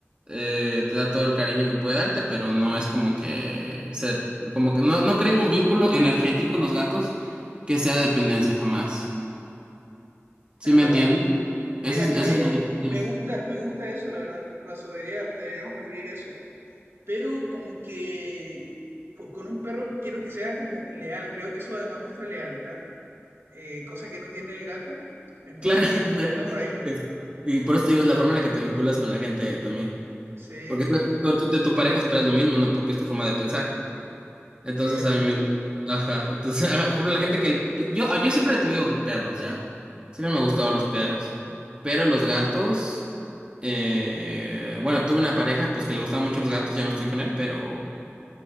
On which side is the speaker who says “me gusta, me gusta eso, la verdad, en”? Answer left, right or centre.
Right